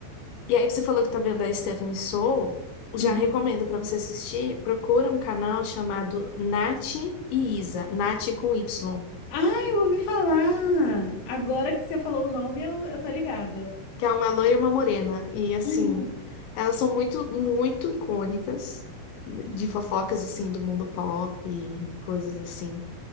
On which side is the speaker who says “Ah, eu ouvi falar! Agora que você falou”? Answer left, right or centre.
Left